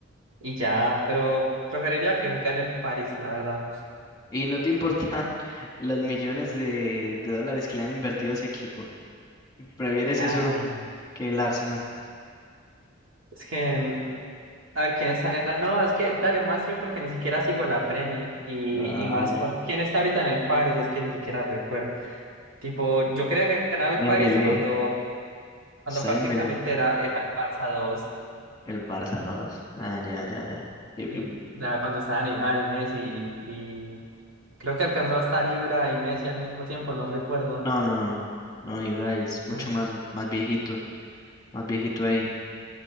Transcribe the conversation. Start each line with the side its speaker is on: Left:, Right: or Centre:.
Right: y ya, pero preferiría que gane el París, la verdad.
Left: Y no te importa <laughs> los millones de, de dólares que le han invertido a ese equipo. ¿Prefieres
Right: Ah,
Left: eso
Right: ne.
Left: que el Arsenal?
Right: Es que A ver quién está en la... No, es que dale más bien porque ni siquiera sigo la Premier y,
Left: Ah,
Right: y más
Left: ya.
Right: por quién está ahorita en el Paris, es que ni siquiera recuerdo. Tipo, yo creía que ganaba el
Left: Dembélé,
Right: Paris cuando, cuando
Left: está
Right: prácticamente
Left: Dembélé.
Right: era, era el Barça dos
Left: El Barça dos Ah, ya, ya, ya. Y-
Right: y-
Left: y-
Right: ya cuando estaba Neymar y Messi y creo que alcanzó a estar Ibra y Messi al mismo tiempo, no recuerdo.
Left: no, no, no, Ibra es mucho
Right: No.
Left: más, más viejito, más viejito ahí.